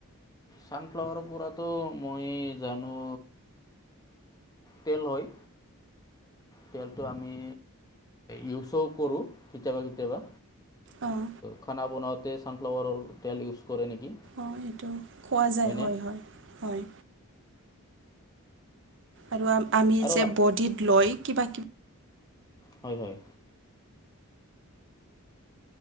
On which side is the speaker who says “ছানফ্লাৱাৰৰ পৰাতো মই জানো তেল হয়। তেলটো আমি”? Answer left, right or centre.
Left